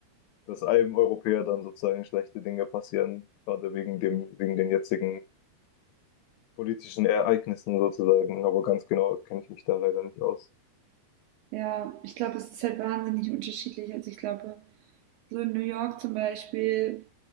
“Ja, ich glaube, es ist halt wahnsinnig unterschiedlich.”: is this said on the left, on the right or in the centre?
Right